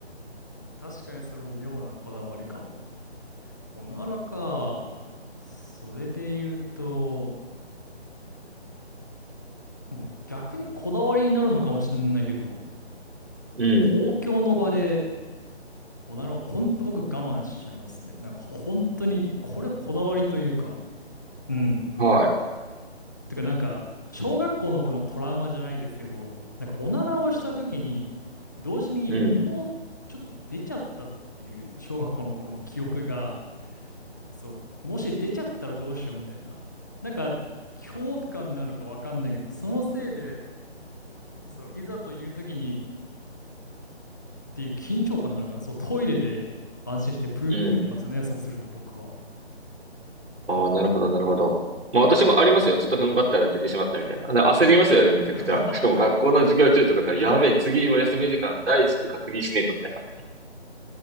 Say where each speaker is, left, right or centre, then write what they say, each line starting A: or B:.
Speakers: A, on the left; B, on the right.
A: 確かにそれも妙なこだわりかも。おならか。それで言うと、もう逆にこだわりになるのかもしれないけど、
B: うん。
A: 公共の場でおならを本当僕我慢しちゃいますね。なんか本当に、これこだわりというか、うん。
B: は
A: てかなんか、小学校の頃のトラウマじゃないですけど、なんかおならをした時に、同時に身もちょっと出ちゃったっていう小学校の頃の記憶が、
B: い。うん。
A: そう、もし出ちゃったらどうしようみたいな。なんか、恐怖感なのかわかんないけど、そのせいで、そう、いざという時にっていう緊張感なのかな。そう、トイレで安心してプーってやりますね。
B: うん。
A: そうすると僕は。
B: ああ、なるほど、なるほど。まあ私もありますよ。ちょっと踏ん張ったら出てしまったみたいな。で焦りますよね、めちゃくちゃ。
A: <laughs>
B: しかも学校の授業中とかだったら、やべえ、次も休み時間第一で確認しねえと、みたいな。